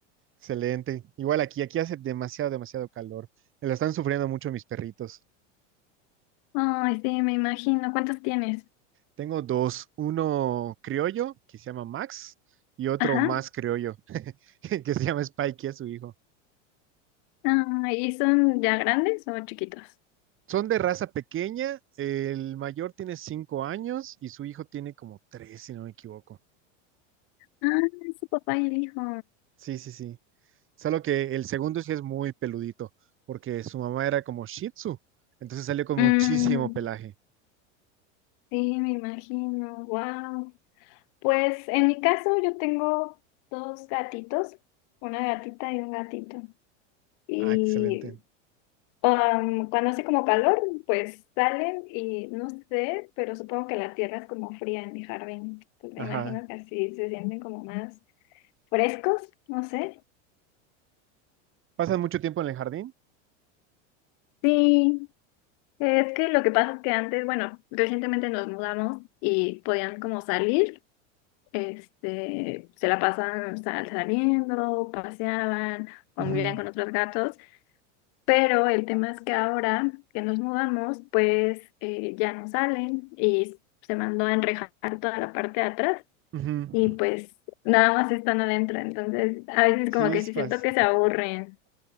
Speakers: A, on the right; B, on the left.
A: Excelente. Igual aquí, aquí hace demasiado, demasiado calor. Me lo están sufriendo mucho mis perritos.
B: Ay, sí, me imagino. ¿Cuántos tienes?
A: Tengo dos, uno criollo, que se llama Max, y otro
B: Ajá.
A: más criollo, <laughs> que se llama Spikey, es su hijo.
B: Ay, ¿y son ya grandes o chiquitos?
A: Son de raza pequeña, el mayor tiene cinco años y su hijo tiene como tres, si no me equivoco.
B: Ah, es su papá y el hijo.
A: Sí, sí, sí. Solo que el segundo sí es muy peludito, porque su mamá era como Shih Tzu, entonces salió con
B: Mm,
A: muchísimo pelaje.
B: sí, me imagino. Wow. Pues en mi caso yo tengo dos gatitos, una gatita y un gatito. Y
A: Ah, excelente.
B: Um, cuando hace como calor, pues salen y no sé, pero supongo que la tierra es como fría en mi jardín. Pues me
A: Ajá.
B: imagino que así se sienten como más frescos, no sé.
A: ¿Pasan mucho tiempo en el jardín?
B: Sí, es que lo que pasa es que antes, bueno, recientemente nos mudamos y podían como salir, este, se la pasaban sal- saliendo, paseaban, convivían
A: Ujú,
B: con otros gatos. Pero el tema es que ahora que nos mudamos, pues eh, ya no salen y se mandó a enrejar toda la parte de atrás
A: ujú.
B: y pues nada más están adentro. Entonces, a veces
A: Chispas.
B: como que sí siento que se aburren.